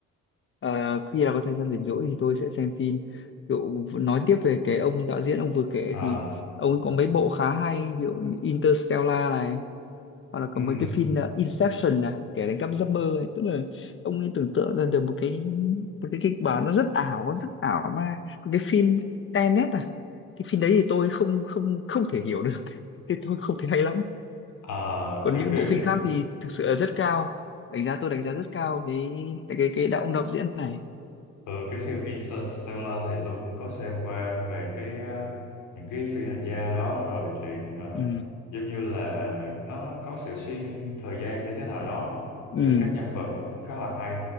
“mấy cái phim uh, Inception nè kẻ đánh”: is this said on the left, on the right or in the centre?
Left